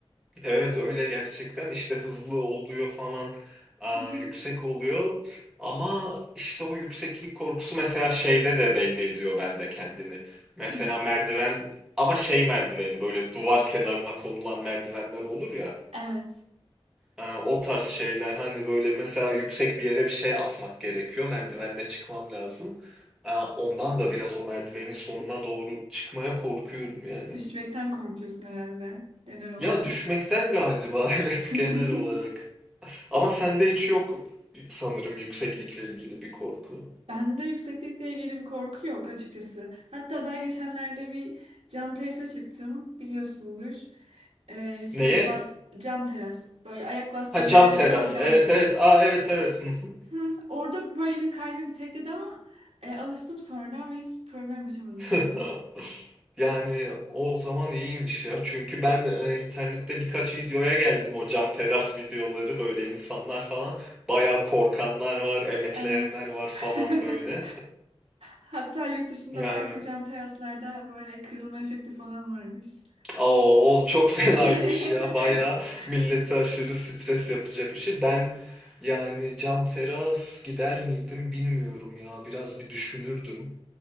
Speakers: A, in the centre; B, on the right.
A: Evet öyle gerçekten işte hızlı oluyor falan aa,
B: Hı hı.
A: yüksek oluyor ama işte o yükseklik korkusu mesela şeyde de belli ediyor bende kendini. Mesela
B: <laughs> Hı.
A: merdiven ama şey merdiveni böyle duvar kenarına konulan merdivenler olur ya
B: Evet.
A: Aa, o tarz şeyler hani böyle mesela yüksek bir yere bir şey asmak gerekiyor merdivende çıkmam lazım. Aa, ondan da biraz o merdivenin sonuna doğru çıkmaya korkuyorum yani.
B: Düşmekten korkuyorsun herhalde genel olarak.
A: Ya düşmekten galiba <laughs> evet
B: <laughs>
A: genel olarak. Ama sende hiç yok sanırım yükseklikle ilgili bir korku.
B: Bende yükseklikle ilgili bir korku yok açıkçası. Hatta daha geçenlerde bir cam terasa çıktım biliyorsundur. Ee, şu
A: Neye?
B: bas, cam teras böyle ayak bastığın
A: Ha
B: yerler
A: cam teras.
B: falan cam
A: Evet
B: full.
A: evet.
B: <laughs>
A: Aa evet evet. Hı hı.
B: Hı, Orada böyle bir kalbim tekledi ama e, alıştım sonra ve hiç problem yaşamadım
A: <laughs>
B: yani.
A: Yani o zaman iyiymiş ya. Çünkü ben e, internette birkaç videoya geldim o cam teras videoları böyle insanlar falan. Bayağı korkanlar var, emekleyenler
B: Evet.
A: var falan
B: <laughs>
A: böyle.
B: Hatta yurt dışında
A: Yani
B: bazı cam teraslarda böyle kırılma efekti falan varmış.
A: Oo, o çok <laughs> fenaymış
B: <laughs>
A: ya. Bayağı millete aşırı stres yapacak bir şey. Ben yani cam teras gider miydim bilmiyorum ya. Biraz bir düşünürdüm.